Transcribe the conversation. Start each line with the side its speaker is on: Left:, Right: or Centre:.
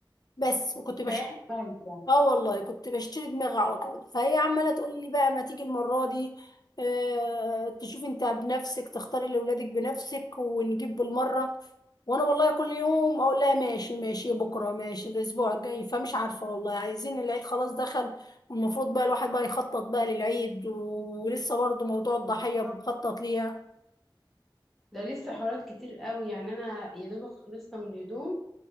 Left: بس وكنت بشتري
Centre: ريحت دماغك يعني
Left: اه والله كنت بشتري دماغي على طول فهي عماله تقول لي بقى ما تيجي المره دي آه تشوف انت بنفسك تختاري لاولادك بنفسك ونجيب بالمره وانا والله كل يوم اقول لها ماشي ماشي بكره ماشي الاسبوع الجاي فمش عارفه والله عايزين العيد خلاص دخل والمفروض بقى الواحد بقى يخطط بقى للعيد ولسه برضه موضوع الضحيه
Centre: بالظبط.
Left: بنخطط ليها
Centre: ده لسه حوارات كتير قوي يعني انا يا دوبك خلصنا من الهدوم